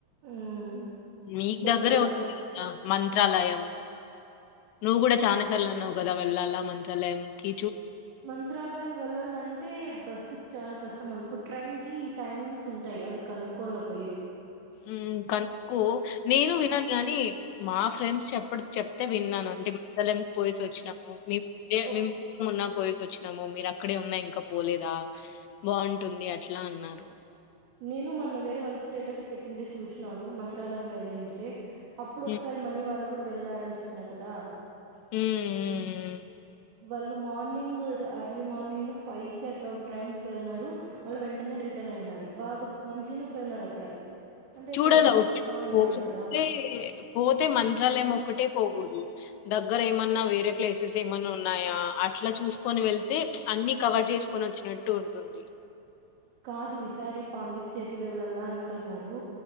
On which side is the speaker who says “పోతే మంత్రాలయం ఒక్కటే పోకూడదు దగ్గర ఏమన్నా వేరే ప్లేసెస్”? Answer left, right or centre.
Left